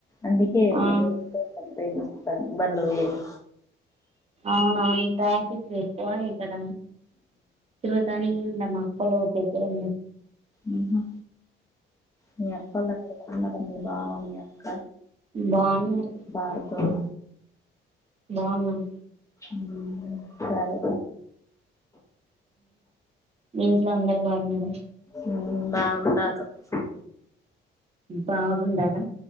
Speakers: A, on the left; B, on the right.
A: అందుకే ఏమో
B: ఆ
A: రోడ్సో సమ్థింగ్ బన్ బండ్లు పొయ్యేది
B: అవునవున్ ట్రాఫిక్ ఎక్కువ ఇక్కడ తిరుగుతానే ఉండమా <unintelligible>
A: మ్మ్ హా మీ అక్కొల్లు అక్కడ <inaudible> మీ బావ మీ అక్క
B: బాగున్నారు
A: బార్గవ్
B: బాన్నాన్
A: మ్మ్ సరే
B: మీ ఇంట్లో అందరు బాగున్నారా
A: మ్మ్ బాగుండారు స
B: బాగుండారా